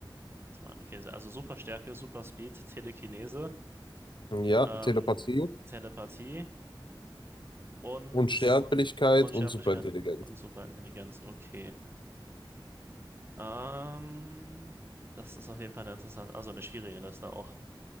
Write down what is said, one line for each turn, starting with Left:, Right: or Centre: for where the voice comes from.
Right: warte mal, okay, also Superstärke, Superspeed, Telekinese,
Left: Ja,
Right: ähm,
Left: Telepathie.
Right: Telepathie. und
Left: Unsterblichkeit
Right: Unsterblichkeit
Left: und superintelligent.
Right: und Superintelligenz. Okay. Ähm, das ist auf jeden Fall eine interessante, also eine schwierige Liste auch.